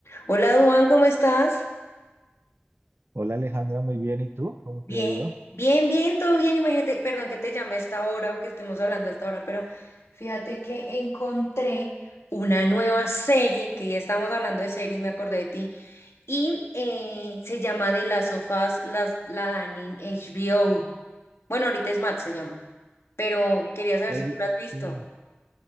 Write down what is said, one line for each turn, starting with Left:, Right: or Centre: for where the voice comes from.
Left: Hola, Duan, ¿cómo estás?
Right: Hola Alejandra, muy bien. ¿Y tú? ¿Cómo
Left: Bien,
Right: te ha ido?
Left: Bien, bien, todo bien. Imagínate, perdón que te llame a esta hora o que estemos hablando a esta hora, pero fíjate que encontré una nueva serie, que ya estamos hablando de series, me acordé de ti, y eh, se llama de las sofás las, la dan en HBO. Bueno, ahorita es Matt se llama, pero quería saber
Right: Oye,
Left: si tú la has visto.
Right: sí,